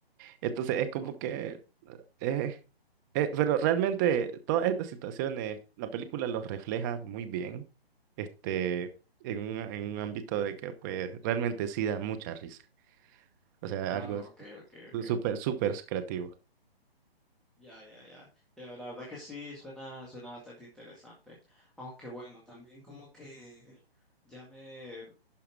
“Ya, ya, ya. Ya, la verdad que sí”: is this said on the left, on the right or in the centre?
Centre